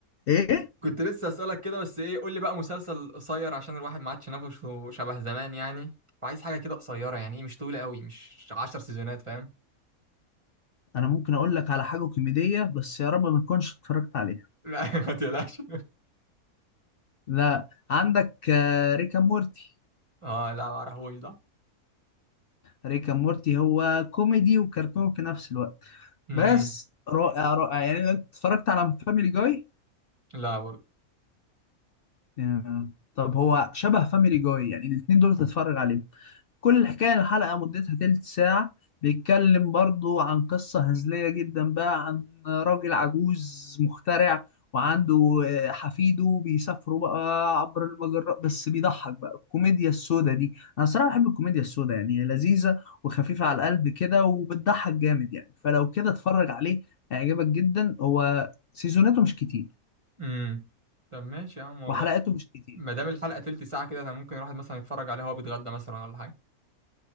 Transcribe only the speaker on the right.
كنت لسه اسالك كده بس ايه قول لي بقى مسلسل قصير عشان الواحد ما عادش نفسه شبه زمان يعني وعايز حاجة كده قصيرة يعني ايه مش طويلة قوي مش 10 سيزونات فاهم
لا <laughs> ما تقلقش
اه لا ما اعرفوش ده
امم
لا
امم طب ماشي يا عم والله
ما دام الحلقة تلت ساعة كده انا ممكن الواحد مثلا يتفرج عليها وهو بيتغدى مثلا ولا حاجة